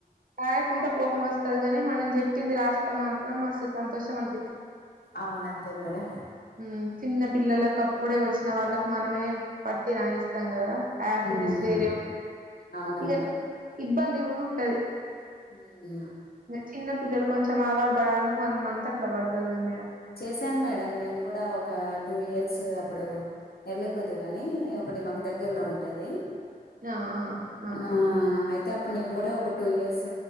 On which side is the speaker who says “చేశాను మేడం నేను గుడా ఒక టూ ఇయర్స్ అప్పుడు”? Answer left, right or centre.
Left